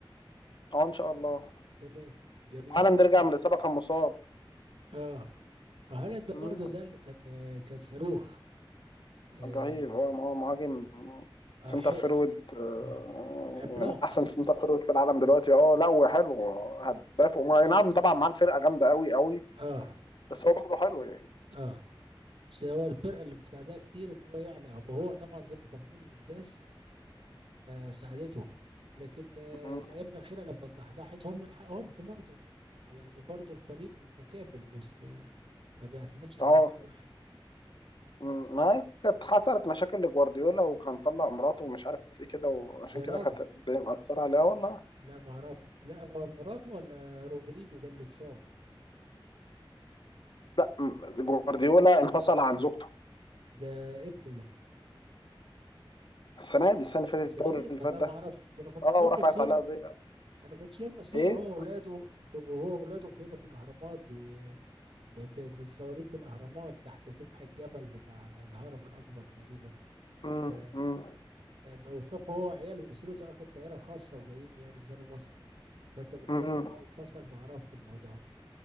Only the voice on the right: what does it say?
تمام جميل
اه آه، هالاند
برضه ده اللي كان كان صاروخ اه,
آه,
حق-
آه عملاق
اه
اه بس هو الفرقه اللي مساعداه كتير ان هو يعلى وهو طبعا زي ما انت بتقول ممتاز فساعدته لكن آه،
الايام الاخيره لما اتضحضحت هم لحقهمش برضه يعني برضه الفريق متكامل مش آه، ما بيعتمدش على
لعيب واحد
يا
راجل
لا ما اعرف لا هو مراتو ولا رودريجو ده اللي اتصاب
ده امتى ده
ده
السنه
دي والله
ما اعرف ده انا كنت
شايف
منصوره
انا كنت شايف صورة
هو وولاده وهو وولاده فين في الاهرامات بي... بي- في متصورين في الاهرامات تحت سفح الجبل بتاع الهرم الاكبر تقريبا
ف
وصف هو وعياله واسرته اخد طياره خاصه وجايين يعني زي مصر فانت بتقول
ان هو انفصل ما اعرفش الموضوع ده